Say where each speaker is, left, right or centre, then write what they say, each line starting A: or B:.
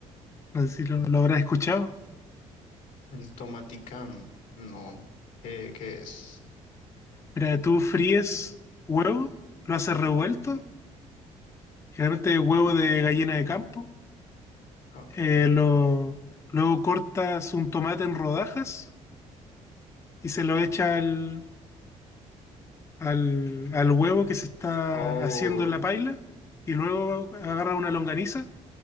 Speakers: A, on the left; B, on the left.
A: No sé si lo, lo habrás escuchado.
B: El tomaticán, no. ¿Qué, qué es?
A: Mira, tú fríes huevo, lo haces revuelto, generalmente huevo de gallina de campo.
B: Ok.
A: eh, lo, luego cortas un tomate en rodajas y se lo echa al, al, al huevo que se está
B: Oh,
A: haciendo en la paila. Y luego agarra una longaniza,